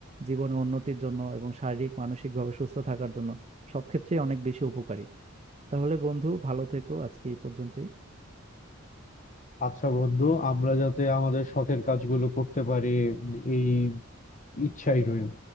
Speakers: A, on the right; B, on the left.
A: জীবনে উন্নতির জন্য এবং শারীরিক মানসিকভাবে সুস্থ থাকার জন্য সব ক্ষেত্রেই অনেক বেশি উপকারী তাহলে বন্ধু ভালো থেকো আজকে এই পর্যন্তই
B: আচ্ছা বন্ধু আমরা যাতে আমাদের শখের কাজগুলো করতে পারি এই ইচ্ছাই রইল